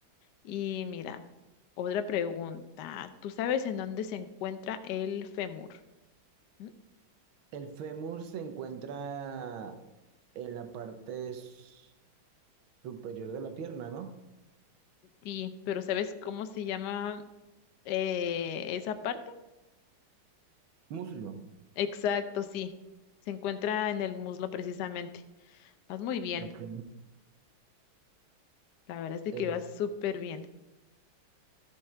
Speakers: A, on the left (about 65°); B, on the right (about 70°).
A: Y mira, otra pregunta. ¿Tú sabes en dónde se encuentra el fémur? ¿Mm?
B: El fémur se encuentra en la parte s- superior de la pierna, ¿no?
A: Sí, pero ¿sabes cómo se llama eh, esa parte?
B: Muslo.
A: Exacto, sí. Se encuentra en el muslo precisamente. Vas muy bien.
B: Ok.
A: La verdad es de
B: Eh,
A: que vas súper bien.